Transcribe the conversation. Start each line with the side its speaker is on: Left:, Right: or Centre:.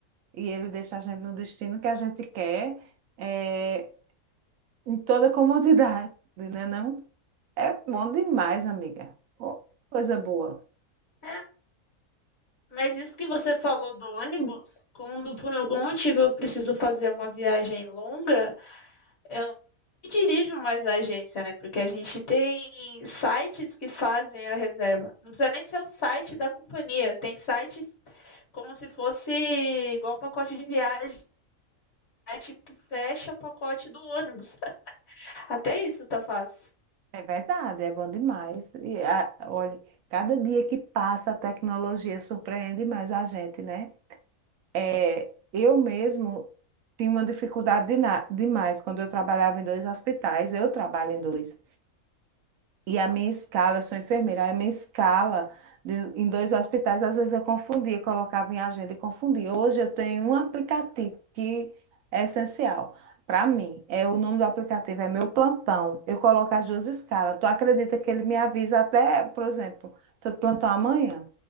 Right: E ele deixa a gente no destino que a gente quer eh, Em toda comodidade, né não? É bom demais, amiga. Ó, coisa boa.
Left: É, mas isso que você falou do ônibus, quando por algum motivo eu preciso fazer uma viagem longa, Eu não dirijo mais a agência, né? Porque a gente tem sites que fazem a reserva. Não precisa nem ser o site da companhia. Tem sites como se fosse igual pacote de viagem. Site que fecha o pacote do ônibus. Até isso tá fácil.
Right: É verdade, é bom demais. E a, olha, cada dia que passa a tecnologia surpreende mais a gente, né? É, eu mesmo tinha uma dificuldade de na- demais quando eu trabalhava em dois hospitais. Eu trabalho em dois. E a minha escala, eu sou enfermeira, a minha escala de- em dois hospitais, às vezes eu confundia, colocava em agenda e confundia. Hoje eu tenho um aplicativo que é essencial para mim. É o nome do aplicativo, é meu plantão. Eu coloco as duas escalas. Tu acredita que ele me avisa até, por exemplo, tô de plantão amanhã?